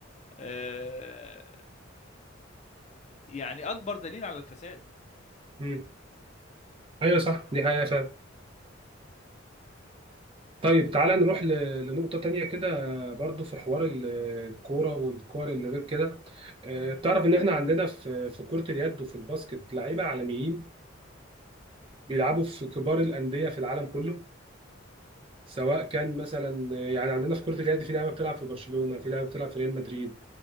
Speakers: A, on the left (about 35°); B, on the right (about 25°).
A: آه، يعني اكبر دليل على الفساد
B: مم. ايوه صح دي حقيقة فعلا طيب تعالى نروح ل... لنقطة تانية كده برضو في حوار ال- الكورة والكور اللي غير كده آه، تعرف ان احنا عندنا في في كرة اليد وفي الباسكت لعيبة عالميين بيلعبوا في كبار الأندية في العالم كله سواء كان مثلا يعني عندنا في كرة اليد في لعيبة بتلعب في برشلونة في لعيبة بتلعب في ريال مدريد